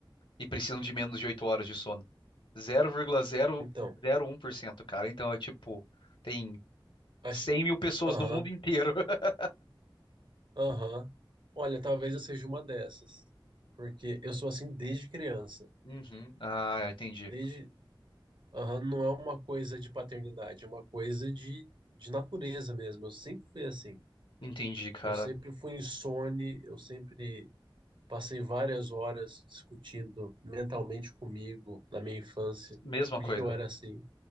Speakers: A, on the left (about 70°); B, on the right (about 60°).
A: e precisam de menos de 8 horas de sono. 0,001%,
B: Então,
A: cara. Então é tipo, tem
B: acho.
A: cem mil pessoas
B: Aham,
A: no mundo inteiro. <laughs>
B: aham. Olha, talvez eu seja uma dessas. Porque eu sou assim desde criança.
A: Uhum. Ah, entendi.
B: Desde. Aham, não é uma coisa de paternidade, é uma coisa de, de natureza mesmo. Eu sempre fui assim.
A: Entendi, cara.
B: Eu sempre fui insone, eu sempre passei várias horas discutindo mentalmente comigo na minha infância.
A: Mesma
B: Por
A: coisa.
B: que que eu era assim?